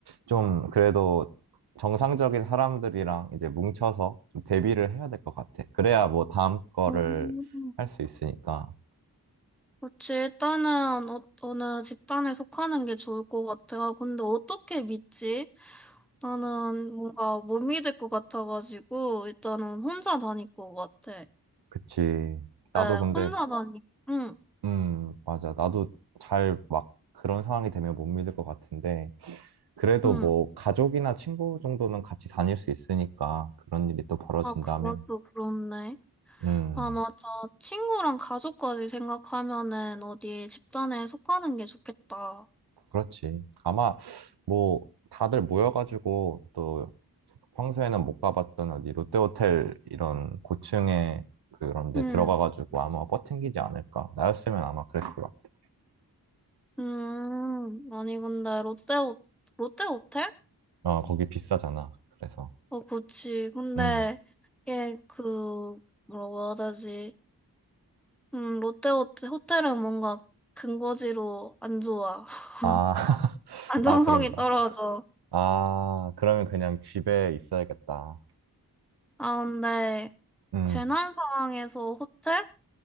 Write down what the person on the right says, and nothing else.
좀 그래도 정상적인 사람들이랑 이제 뭉쳐서 좀 대비를 해야 될 것 같아. 그래야 뭐 다음 거를
할 수 있으니까.
그치. 나도
근데
음, 맞아. 나도 잘 막 그런 상황이 되면 못 믿을 것 같은데, 그래도
뭐 가족이나 친구 정도는 같이 다닐 수 있으니까 그런 일이 또 벌어진다면,
음,
그렇지. 아마 뭐 다들 모여가지고 또 평소에는 못 가봤던 어디 롯데호텔 이런 고층에 그런 데
들어가가지고 아마 버팅기지 않을까. 나였으면 아마 그랬을 것 같아.
어, 거기 비싸잖아. 그래서,
음.
아, <laughs>
아, 그런가.
아, 그러면 그냥 집에 있어야겠다.
음,